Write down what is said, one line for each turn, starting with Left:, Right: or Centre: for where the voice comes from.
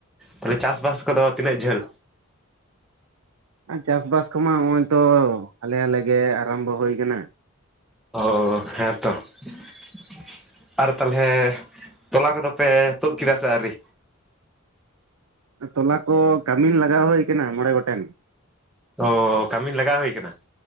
Centre: ᱛᱟᱞᱦᱮ ᱪᱟᱥᱵᱟᱥ ᱠᱚᱫᱚ ᱛᱤᱱᱟᱹᱜ ᱡᱷᱟᱹᱞ?
Right: ᱟᱨ ᱪᱟᱥᱵᱟᱥ ᱠᱚᱢᱟ ᱱᱚᱜᱼᱚᱭ ᱛᱚ ᱦᱞᱮ ᱟᱞᱮᱜᱮ ᱟᱨᱟᱢᱵᱚ ᱦᱳᱭ ᱠᱟᱱᱟ ᱾
Centre: ᱳ ᱻ ᱦᱮᱸᱛᱚ ᱾ ᱥᱚᱯᱤᱝ ᱟᱨ ᱛᱟᱞᱦᱮ ᱛᱚᱞᱟ ᱠᱚᱫᱚ ᱯᱮ ᱛᱳᱫ ᱠᱮᱫᱟ ᱥᱮ ᱟᱹᱣᱨᱤ?
Right: ᱛᱚᱞᱟ ᱠᱚ ᱠᱟᱹᱢᱤ ᱞᱟᱜᱟᱣ ᱦᱳᱭ ᱟᱠᱟᱱᱟ ᱢᱚᱬᱮ ᱜᱚᱴᱮᱱ ᱾
Centre: ᱳᱻ ᱠᱟᱹᱢᱤᱱ ᱞᱟᱜᱟᱣ ᱦᱳᱭ ᱟᱠᱟᱱᱟ ᱾